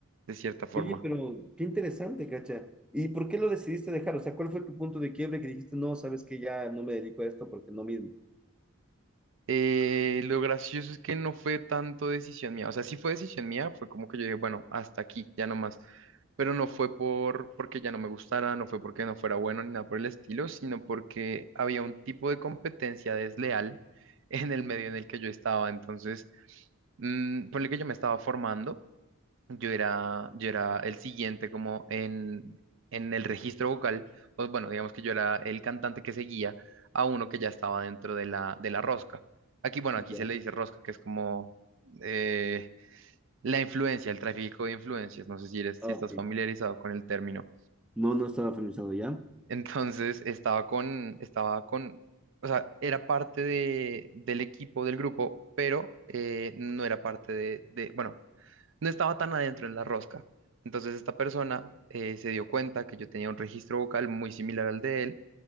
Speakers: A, on the right; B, in the centre.
A: de cierta forma.
B: Oye, pero qué interesante, Cacha. ¿Y por qué lo decidiste dejar? O sea, ¿cuál fue tu punto de quiebre que dijiste, no, sabes que ya no me dedico a esto porque no mismo?
A: Eh, lo gracioso es que no fue tanto decisión mía, o sea, sí fue decisión mía, fue como que yo dije, bueno, hasta aquí, ya no más, pero no fue por porque ya no me gustara, no fue porque no fuera bueno ni nada por el estilo, sino porque había un tipo de competencia desleal <laughs> en el medio en el que yo estaba, entonces, mm, ponle que yo me estaba formando yo era, yo era el siguiente como en, en el registro vocal, pues bueno, digamos que yo era el cantante que seguía a uno que ya estaba dentro de la, de la rosca. Aquí, bueno, aquí
B: Ya.
A: se le dice rosca, que es como eh, la influencia, el tráfico de influencias, no sé si eres,
B: Ah,
A: si estás
B: ok.
A: familiarizado con el término.
B: No, no estaba familiarizado ya.
A: Entonces, estaba con, estaba con, o sea, era parte de, del equipo, del grupo, pero eh, no era parte de, de, bueno, no estaba tan adentro en la rosca. Entonces esta persona eh, se dio cuenta que yo tenía un registro vocal muy similar al de él